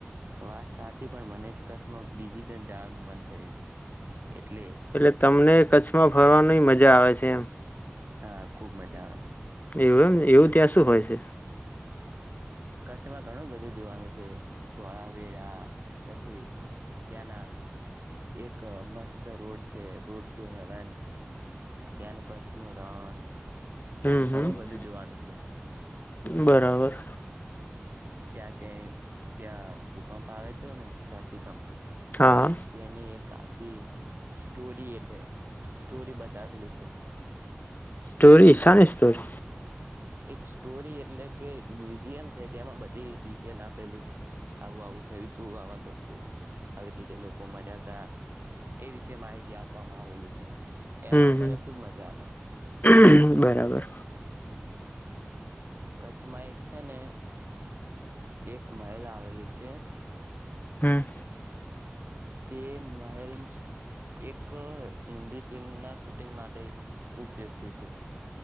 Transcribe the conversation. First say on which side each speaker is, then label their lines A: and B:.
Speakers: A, on the right; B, on the left.
A: વાત સાચી પણ મને ક બીજી તર જવાનું મન થયું છે એટલે
B: એટલે તમને કચ્છમાં ફરવાની મજા આવે છે એમ
A: હા ખુબ મજા આવે
B: એવું એમ એવું ત્યાં શું હોય છે
A: કચ્છમાં ઘણું બધું જોવાનું છે ધોળાવેરા પછી ત્યાંના એક મસ્ત રોડ છે રોડ ટુ હેવન ત્યાંનું કચ્છનું રણ ત્યા
B: હમ હમ
A: ઘણું બધું જોવાનું છે
B: બરાબર
A: હમ ત્યા તે ત્યા ભૂકંપ આવે તો ને ધરતીકંપ
B: હા
A: તેને એક આખી સ્ટોરી એટલે સ્ટોરી બતાવેલી છે
B: સ્ટોરી સાની સ્ટોરી
A: એક સ્ટોરી એટલે કે મ્યુઝિયમ છે તેમાં બધી ડિટેલ આપેલી છે આવું આવું થયું તું આવા લોકો આવી રીતે લોકો મર્યા ત એ વિશે માહિતી આપવામાં આવેલી છે એમાં
B: હમ
A: મને ખૂબ મજા આવે
B: હમ બરાબર
A: હમ કચ્છમાં એક છે ને એક મહેલ આવેલું છે
B: હમ
A: તે મહેલ એક હિન્દી ફિલ્મના શૂટિંગ માટે ઉપયોગ થ્યુંતું